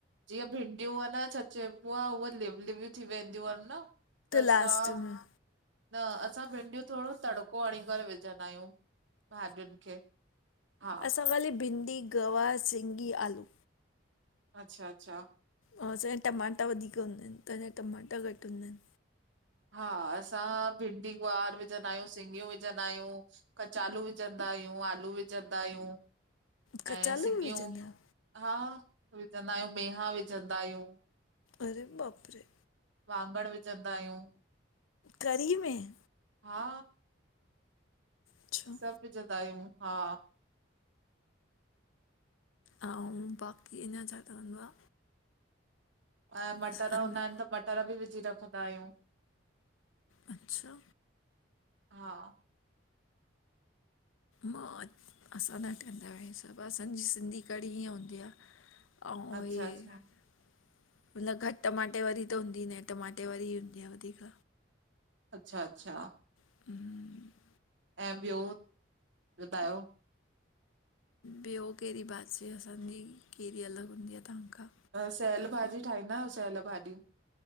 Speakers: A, on the right; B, on the left.
A: जीअं भिंडियूं न छा चैबू आहे उअ लिव लिव्यूं थी वेंदियूं आहिनि न त असां
B: लास्ट में
A: न असां भिंडियूं थोरो तड़िको हणी करे विझंदा आहियूं भाॼियुनि खे हा
B: त वली भिंडी गवार, सिंघी, आलू
A: अचछा अचछा
B: ओ असांजा टमाटा वधीक हूंदा आहिनि त तहांजा टमाटा घट हूंदा आहिनि।
A: हा असां भिंडी गुआर विझंदा आहियूं सिंगियूं विझंदा आहियूं कच कचालू विझंदा आहियूं आलू विझंदा आहियूं।
B: कचालू
A: ऐं सिङियूं
B: बि विझंद आहियो?
A: हा विझंदा आहियूं मेहा विझंदा आहियूं।
B: अरे बाप रे
A: वाङण विझंदा आहियूं।
B: करी में?
A: हा
B: अच्छा
A: सब विझंदा आहियूं, हा।
B: अऊ बाक़ी अञा छा ठवंदो आ?
A: अऊं मटर
B: असांजो
A: हूंदा आहिनि त मटर बि विझी रखंदा आहियूं।
B: अच्छा!
A: हा
B: मां असां न ठहींदा आहियूं हे सब असांजी सिंधी क़डी इअं हूंदी आ। अऊं
A: अच्छा
B: हे
A: अच्छा,
B: न घट टमाटे वारी त हूंदी न आहे टमाटे वारी ही हूंदी आ वधीक।
A: अच्छा अच्छा।
B: हम्म
A: ऐं ॿियो ॿुधायो?
B: ॿियों कहिड़ी भाजी असांजी कहिड़ी अलॻ हूंदी आ तवहांखा?
A: सेयल भाॼी ठाहींदा आहियो सेयल भाॼी?